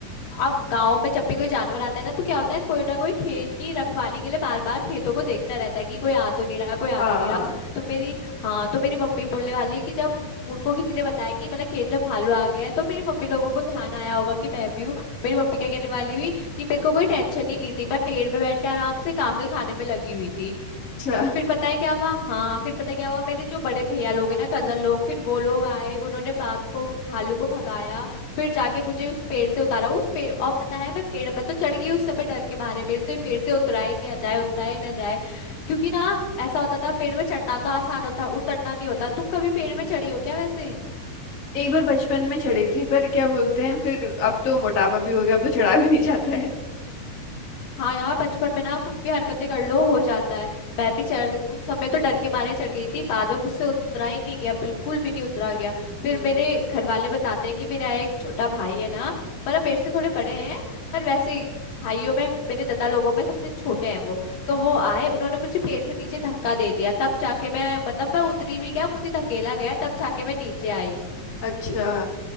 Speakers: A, on the left; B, on the left.
A: अब गांव में जब भी कोई जानवर आता है ना तो क्या होता है कोई ना कोई खेत की रखवाली के लिए बार बार खेतों को देखता रहता है कि कोई आ तो नहीं रहा कोई आ
B: हाँ
A: तो नहीं
B: हाँ
A: रहा तो मेरी हाँ तो मेरी मम्मी बोलने वाली है कि जब उनको किसी ने बताया कि मतलब खेत में भालू आ गया है तो मेरी मम्मी लोगों को ध्यान आया होगा कि मैं भी हूँ मेरी मम्मी क्या कहने वाली हुई कि मेरे को कोई टेंशन ही नहीं थी मैं पेड़ में बैठ के आराम से काफल खाने में लगी हुई थी
B: अच्छा
A: फिर पता है क्या हुआ हाँ फिर पता है क्या हुआ मेरे जो बड़े भैया लोग हैं ना कजन लोग फिर वो लोग आए उन्होंने बाघ को भालू को भगाया फिर जाके मुझे उस पेड़ से उतारा उस पेड़ और पता है मैं पेड़ में तो चढ़ गई उस समय डर के मारे मेरे से पेड़ से उतरा ही नहीं जाए उतरा ही ना जाए क्योंकि ना ऐसा होता था पेड़ में चढ़ना तो आसान होता है उतरना नहीं होता तुम कभी पेड़ में चढ़ी हो क्या वैसे
B: एक बार बचपन में चढ़ी थी पर क्या बोलते हैं फिर अब तो मोटापा भी हो गया अब तो चढ़ा भी नहीं जाता है
A: हाँ यार बचपन में ना कुछ भी हरकतें कर लो हो जाता है मैं भी चढ़ उस समय तो डर के मारे चढ़ गई थी बाद में मुझसे उतरा ही नहीं गया बिल्कुल भी नहीं उतरा गया फिर
B: हम्म।
A: मेरे घर वाले बताते हैं कि मेरा एक छोटा भाई है ना मतलब मेरे से थोड़े बड़े हैं पर वैसे भाइयों में मेरे दादा लोगों में सबसे छोटे हैं वो तो वो आए उन्होंने मुझे पेड़ से नीचे धक्का दे दिया तब जाके मैं मतलब मैं उतरी भी क्या मुझे धकेला गया तब जाके मैं नीचे आई
B: अच्छा